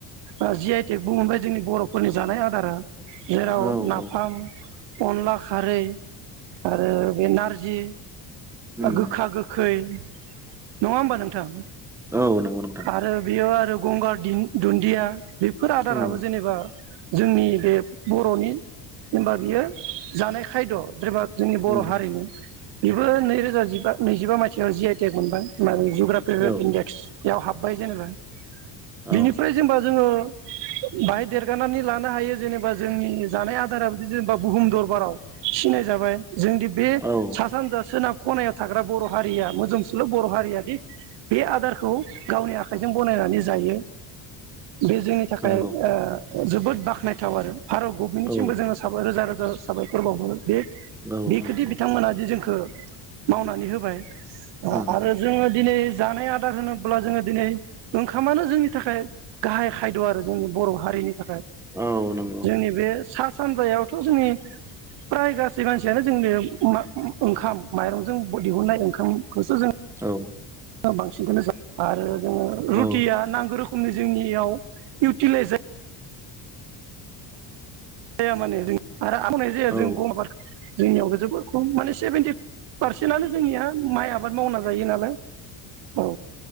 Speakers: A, on the right (about 65°); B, in the centre.
A: ओ जि आइ टेक मोनबाय जोंनि बर'फोरनि जानाय आदारा जेराव
B: औ
A: नाफाम
B: औ
A: अनला खारै आरो बे नारजि
B: उम
A: गोखा गोखै नङा होमबा नोंथां
B: औ नंगौ नोंथां
A: आरो बेयो आरो गंगार दिं दुन्दिया बेफोर आदाराबो
B: उम
A: जेनेबा जोंनि बे बर'नि होनबा बियो जानाय खायद' <unintelligible> जोंनि बर'
B: उम
A: हारिनि बेबो नैरोजा जिबा नैजिबा मायथाइयाव जि आइ टेक मोनबाय <unintelligible>
B: औ
A: <unintelligible> इनडेक्स याव हाबबाय जेनेबा
B: औ
A: बिनिफ्राय जेनेबा जोङो बाहाय देरगानानै लानो हायो जेनेबा जोंनि जानाय आदाराबो दि जेनेबा बुहुम दर बाराव सिनाय जाबाय जोंदि बे
B: औ
A: सा-सानजा, सोनाब खनायाव थाग्रा बर' हारिया मोजोमसोल' बर' हारिया दि बे आदारखौ गावनि आखाइजों गनायनानै जायो बे जोंनि थाखाय
B: नंगौ
A: ओ जोबोद बाख्नायथाव आरो भारत गभमेननिसिमबो
B: औ
A: साबाय रोजा रो <unintelligible> साबायखर बावहरो बे
B: औ
A: बेखोदि
B: नंगौ
A: बिथांमोनादि जोंखो मावनानै होबाय अ
B: उम
A: आरो जोङो दिनै जानाय आदार होनोब्ला जोङो दिनै ओंखामानो जोंनि थाखाय गाहाय खायद' आरो जोंनि बर' हारिनि थाखाय
B: औ नंगौ
A: जोंनि बे सा सानजायावथ' जोंनि प्राय गासै मानसियानो जोंनो मा ओंखाम माइरंजों बो दिहुननाय ओंखामखौसो जों
B: औ
A: ओ बांसिनखोनो जों आरो अ रुटिया
B: औ
A: नांगौ रो खोमनि जोंनियाव इउटिलाइस जायो जाया मानो आरो आबाद जायो
B: औ
A: जों गम आबाद जोंनियावबो जोबोर खम माने सेभेेनटि पारसेन्टनो जोंनिया माइ आबाद मावना जायो नालाय। औ